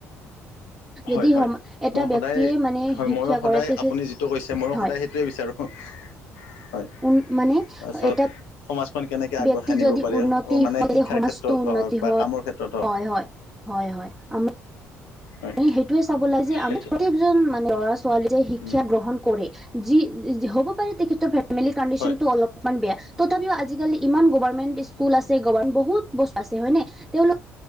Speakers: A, in the centre; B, on the left.
A: যদি
B: হয় হয়,
A: সম এটা
B: মই সদায়
A: ব্যক্তিয়ে মানে
B: হয়
A: শিক্ষা
B: মইয়ো সদায়
A: কৰে তেখেত
B: আপুনি যিটো কৈছে মইয়ো
A: হয়
B: সদায় সেইটোৱে বিচাৰোঁ। হয়
A: উন মানে
B: তাৰপিছত
A: এটা
B: সমাজখন কেনেকে আগবঢ়াই
A: ব্যক্তি
B: নিব
A: যদি
B: পাৰে
A: উন্নতি
B: মানে
A: হয়
B: শিক্ষাৰ
A: সমাজটো
B: ক্ষেত্ৰত
A: উন্নতি
B: হওক বা
A: হয়
B: কামৰ ক্ষেত্ৰত হওক
A: হয় হয় হয় হয়, আ
B: হয়
A: মি সেইটোয়ে চাব লাগে যে
B: সেইটো
A: আমি প্ৰত্যেকজন মানে ল'ৰা ছোৱালী যে শিক্ষা
B: উম।
A: গ্ৰহণ কৰে। যি হ'ব পাৰে তেখেতৰ ফেমিলি কণ্ডিশনটো
B: হয়
A: অলপমান বেয়া তথাপিও আজিকালি ইমান গভৰ্মেণ্ট স্কুল আছে গভৰ্মেণ্ট বহুত বস্তু আছে হয়নে তেওঁলোক